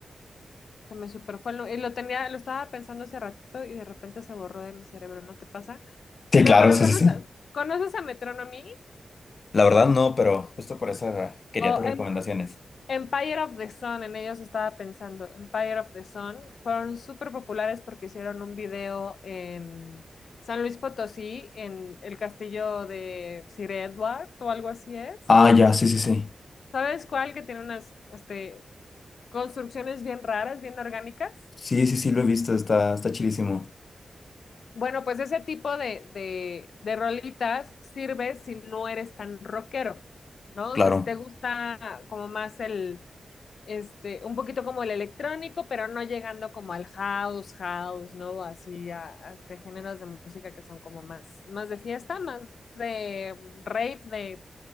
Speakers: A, on the left (about 70°); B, on the left (about 45°).
A: se me super fue el nombre. Y lo tenía, lo estaba pensando hace ratito y de repente se borró de mi cerebro, ¿no te pasa?
B: sí,
A: Pero
B: claro,
A: bueno,
B: sí,
A: ¿conoces,
B: sí, sí.
A: conoces a Metronomy?
B: La verdad no, pero justo por eso eh, quería
A: O
B: tus recomendaciones.
A: en Empire of the Sun, en ellos estaba pensando. Empire of the Sun fueron súper populares porque hicieron un video en San Luis Potosí, en el castillo de Sir Edward o algo así es.
B: Ah, ya, sí, sí, sí.
A: ¿Sabes cuál? Que tiene unas este, construcciones bien raras, bien orgánicas.
B: Sí, sí, sí, lo he visto, está, está chilísimo.
A: Bueno, pues ese tipo de, de, de rolitas sirve si no eres tan rockero, ¿no? O
B: Claro.
A: sea, si te gusta como más el este, un poquito como el electrónico, pero no llegando como al house, house, ¿no? Así a, a este géneros de música que son como más, más de fiesta, más de rave, de,